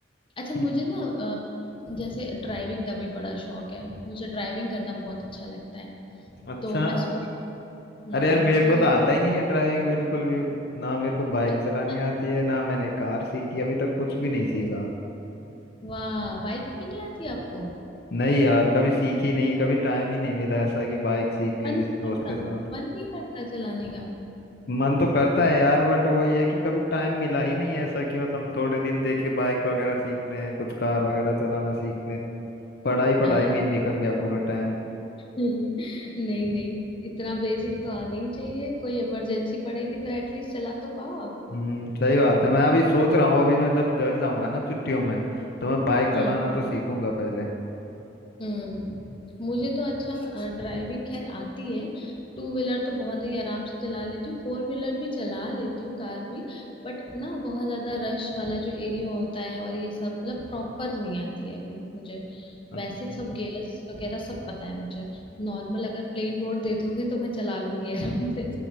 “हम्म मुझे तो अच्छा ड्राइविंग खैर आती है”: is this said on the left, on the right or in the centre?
Left